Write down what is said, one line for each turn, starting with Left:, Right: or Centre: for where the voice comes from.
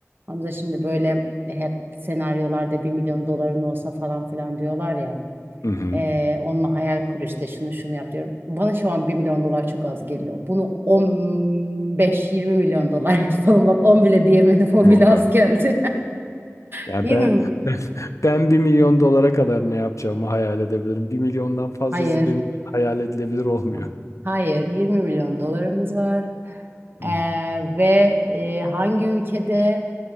Right: Hamza şimdi böyle "E, hep senaryolarda bir milyon doların olsa falan filan diyorlar ya.
Left: Hı hı.
Right: Ee, onunla hayal kur işte şunu şunu yap diyorum. Bana şu an bir milyon dolar çok az geliyor. Bunu on beş, yirmi milyon dolar <laughs> yapalım. Bak 10 bile diyemedim. o
Left: Yok
Right: bile az
Left: artık.
Right: geldi.
Left: Ya
Right: <laughs> Yirmi?
Left: ben
Right: mi?
Left: <laughs> ben ben bir milyon dolara kadar ne yapacağımı hayal edebilirim. Bir milyondan fazlası
Right: Hayır.
Left: benim için hayal edilebilir olmuyor.
Right: Ah, Hayır. 20 milyon dolarımız var.
Left: Hı.
Right: Ee, ve e, hangi ülkede?